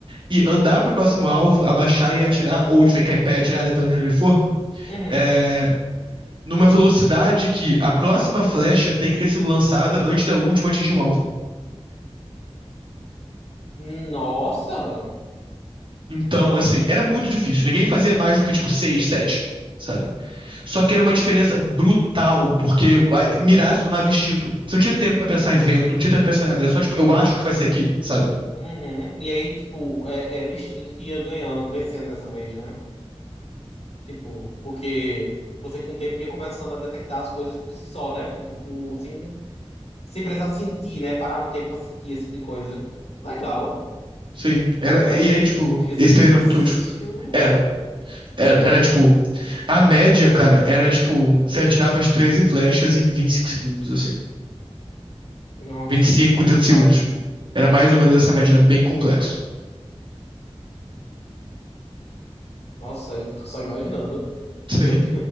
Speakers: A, on the right (about 50°); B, on the left (about 70°).
A: e andar pro próximo alvo, abaixar e atirar, ou ficar em pé e atirar, dependendo de onde ele for,
B: Uhum.
A: é, numa velocidade que a próxima flecha tem que ter sido lançada antes da última atingir o alvo.
B: Nossa!
A: Então, assim, era muito difícil. Ninguém fazia mais do que, tipo, seis, sete, sabe? Só que era uma diferença brutal, porque a- mirar se tornava instinto. Você não tinha tempo pra pensar em vento, não tinha tempo pra pensar em nada. Era só, tipo, eu acho que vai ser aqui, sabe?
B: Uhum. E aí, tipo, é- era o instinto que ia ganhando, vencendo dessa vez, né? Tipo, porque você com o tempo ia começando a detectar as coisas por si só, né? Tipo, por, sem, sem precisar sentir, né? Parar um tempo pra sentir esse tipo de coisa. Legal.
A: Sim. Era,
B: Apesar
A: e
B: de
A: aí,
B: que
A: tipo,
B: devia ser
A: esse
B: difícil.
A: treino era muito útil. Era. Era, era tipo, a média, cara, era tipo, você atirava as 13 flechas em 25 segundos, assim.
B: Nossa,
A: vinte e cinco
B: meu
A: trinta segundos.
B: pai.
A: Era mais ou menos essa média, era bem complexo.
B: Nossa, eu fico só imaginando.
A: Sim.
B: Eu